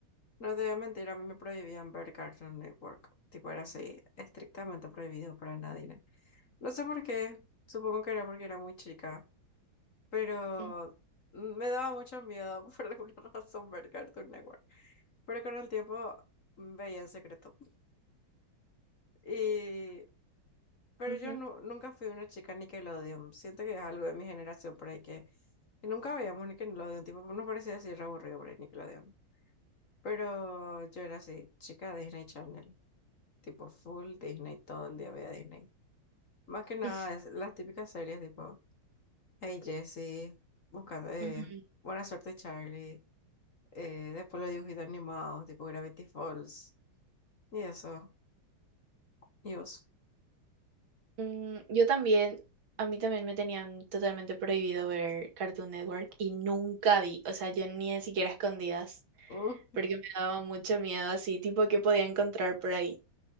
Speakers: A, on the left; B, on the right.
A: No te voy a mentir, a mí me prohibían ver Cartoon Network. Tipo, era así, estrictamente prohibido para nadie. No sé por qué, supongo que era porque era muy chica, pero
B: Mm,
A: me daba mucho miedo <laughs> por alguna razón ver Cartoon Network. Pero con el tiempo mm, veía en secreto. Y... Pero
B: ujú,
A: yo nu- nunca fui una chica Nickelodeon. Siento que es algo de mi generación por ahí que, que nunca veíamos Nickelodeon. Tipo, nos parecía así re aburrido por ahí Nickelodeon. Pero yo era así, chica Disney Channel. tipo full Disney, todo el día veía Disney. Más que nada,
B: <laughs>
A: es las típicas series tipo Hey Jessie, buscando, eh,
B: ujú.
A: Buena Suerte Charlie, eh, después los dibujitos animados, tipo Gravity Falls, y eso, y vos.
B: Mm, yo también, a mí también me tenían totalmente prohibido ver Cartoon Network y nunca vi, o sea, yo ni siquiera a escondidas,
A: <laughs>
B: porque me daba mucho miedo así, tipo, qué podía encontrar por ahí.